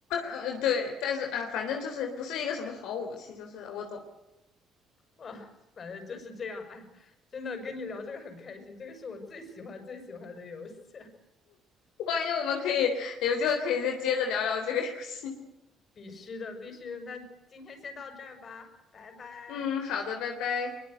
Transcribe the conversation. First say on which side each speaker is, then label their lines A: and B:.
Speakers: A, on the left; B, on the left.
A: 呃，对，但是啊、反正就是不是一个什么好武器，就是我懂。<laughs>
B: 哇，反正就是这样。哎，真的跟你聊这个很开心，这个是我最喜欢最喜欢的游戏，
A: 我感觉我们可以有机会可以再接着聊聊这个游戏。<laughs>
B: <laughs> 必须的，必须的。那今天先到这儿吧，拜拜。
A: 嗯，好的，拜拜。